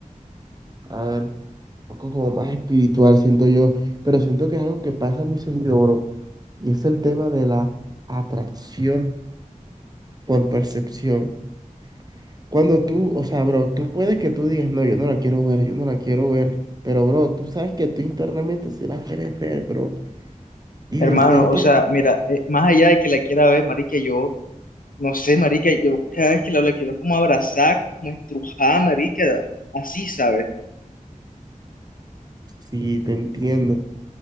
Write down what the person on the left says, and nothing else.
Hermano,
o sea, mira, eh, más allá de que la quiera ver, marica, yo, no sé, marica, yo cada vez que la hablo la quiero como abrazar, como estrujar, marica, así, ¿sabes?